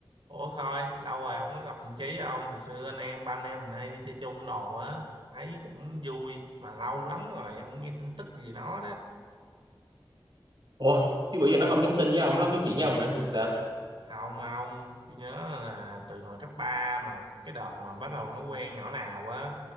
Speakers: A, on the right (about 80°); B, on the right (about 60°).
A: Ủa Khôi, lâu rồi không có gặp thằng Chí không? Hồi xưa anh em, ba anh em mình hay đi chơi chung đồ á, thấy cũng vui, mà lâu lắm rồi, không nghe tin tức gì nó đó.
B: ủa chứ bữa giờ nó không nhắn tin với ông nó không nói chuyện với ông hả thì sao
A: Không mà ông, tôi nhớ là từ hồi cấp 3 mà cái đợt mà bắt đầu nó quen nhỏ nào á,